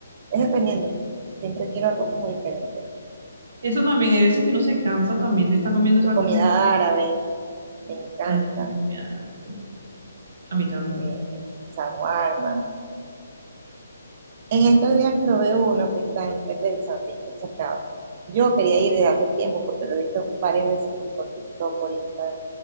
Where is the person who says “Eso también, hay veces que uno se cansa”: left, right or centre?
Right